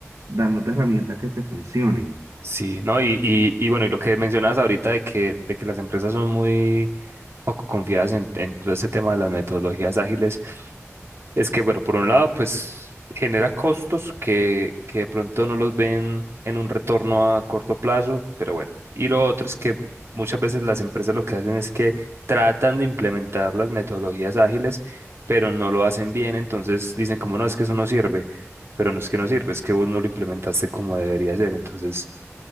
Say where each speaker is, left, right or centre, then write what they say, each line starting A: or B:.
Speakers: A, on the right; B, on the right.
A: dándote herramientas que te funcionen.
B: Sí, ¿no? Y, y, y bueno, y lo que mencionabas ahorita de que, de que las empresas son muy poco confiadas en, en todo este tema de las metodologías ágiles es que, bueno, por un lado, pues genera costos que, que de pronto no los ven en un retorno a corto plazo, pero bueno. Y lo otro es que muchas veces las empresas lo que hacen es que tratan de implementar las metodologías ágiles, pero no lo hacen bien, entonces dicen como no, es que eso no sirve, pero no es que no sirve, es que vos no lo implementaste como debería ser, entonces,